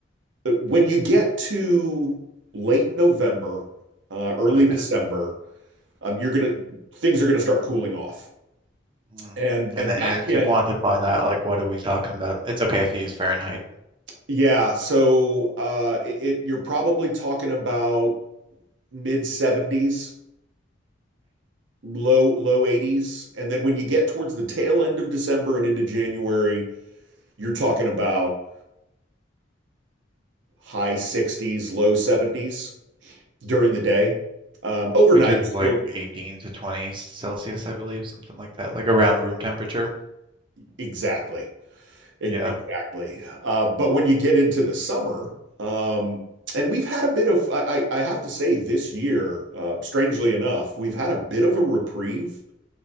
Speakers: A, on the right; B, on the right.
A: But When you get to late November, uh, early
B: Okay.
A: December, um, you're gonna
B: Hmm.
A: things are gonna start cooling off,
B: Hmm.
A: and
B: And
A: and
B: the,
A: that
B: and
A: can
B: to quantify that, like, what are we talking about? It's okay if you use Fahrenheit,
A: yeah. So uh, it, it you're probably talking about mid 70s low low 80s and then when you get towards the tail end of December and into January you're talking about high 60s low 70s during
B: Hmm.
A: the day um overnight
B: which is like
A: you'll
B: 18 to 20 Celsius, I believe, something like that, like around room temperature.
A: exactly E-
B: Yeah.
A: exactly uh but when you get into the summer um and we've had a bit of I I I have to say this year uh strangely enough we've had a bit of a reprieve
B: Hmm.